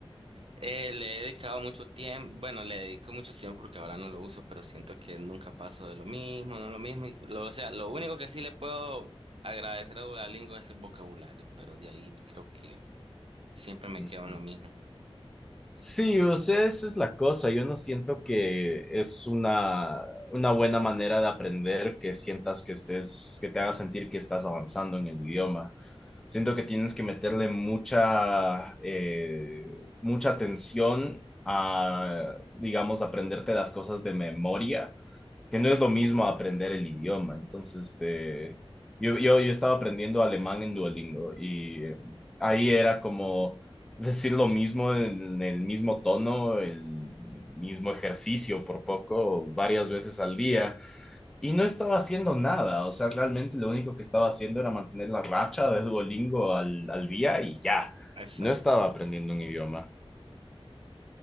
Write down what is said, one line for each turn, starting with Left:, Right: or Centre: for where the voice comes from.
Right: Eh, le he dedicado mucho tiempo, bueno, le dedico mucho tiempo porque ahora no lo uso, pero siento que nunca paso de lo mismo, no lo mismo. y lo- o sea, lo único que sí le puedo agradecer a Duolingo es el vocabulario, pero de ahí creo que siempre me
Centre: Ujú.
Right: quedo en lo mismo.
Centre: Sí, o sea, esa es la cosa. Yo no siento que es una, una buena manera de aprender que sientas que estés, que te haga sentir que estás avanzando en el idioma. Siento que tienes que meterle mucha, eh, mucha atención a, digamos, aprenderte las cosas de memoria que no es lo mismo aprender el idioma. Entonces, este, yo, yo, yo estaba aprendiendo alemán en Duolingo y eh, ahí era como decir lo mismo en el mismo tono, el mismo ejercicio por poco, varias veces al día. Y no estaba haciendo nada, o sea, realmente lo único que estaba haciendo era mantener la racha de Duolingo al, al día y ya,
Right: Exacto.
Centre: no estaba aprendiendo un idioma.